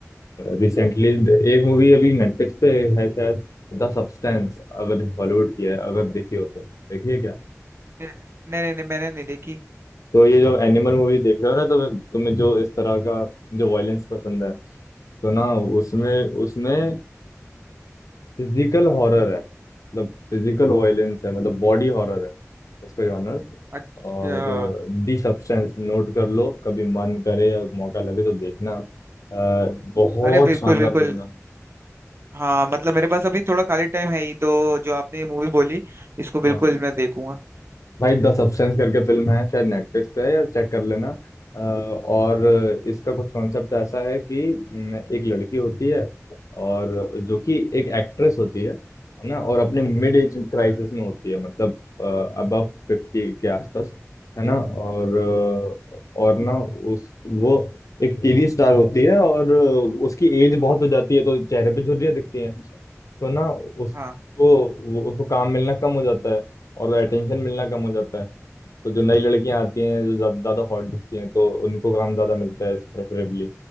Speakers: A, on the left; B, on the right.
A: रिसेंटली एक मूवी अभी नेटफ्लिक्स पे है शायद द सब्सटेंस अगर हॉलीवुड की है अगर देखी हो तो देखिए
B: नहीं नहीं नहीं मैंने नहीं देखी
A: तो ये जो एनिमल मूवी देख रहे हो ना तो तुम्हें जो इस तरह का जो वायलेंस पसंद है तो ना उसमें उसमें फिजिकल हॉरर है मतलब फिजिकल वायलेंस है मतलब बॉडी हॉरर है उसका जॉनर
B: अच्छा
A: और दी सब्सटेंस नोट कर लो कभी मन करे या मौका लगे तो देखना अ, बहुत
B: अरे बिल्कुल
A: शानदार
B: बिल्कुल
A: फिल्म है
B: हाँ मतलब मेरे पास अभी थोड़ा खाली टाइम है ही तो जो आपने ये मूवी बोली इसको बिल्कुल
A: हाँ
B: मैं देखूंगा
A: भाई द सब्सटेंस करके फिल्म है शायद नेटफ्लिक्स पे है या चेक कर लेना अ, और इसका कुछ कॉन्सेप्ट ऐसा है कि न, एक लड़की होती है और जो कि एक एक्ट्रेस होती है है ना और अपने मिड एज क्राइसिस में होती है मतलब अबव फिफ्टी के आसपास है ना और अ, और ना उस वो एक टीवी स्टार होती है और उसकी एज बहुत हो जाती है तो चेहरे पे झुर्रियाँ दिखती हैं तो ना उसको
B: हाँ
A: वो- उसको काम मिलना कम हो जाता है और अटेंशन मिलना कम हो जाता है तो जो नई लड़कियां आती हैं जो ज्यादा ज्यादा हॉट दिखती हैं तो उनको काम ज्यादा मिलता है प्रेफरेबली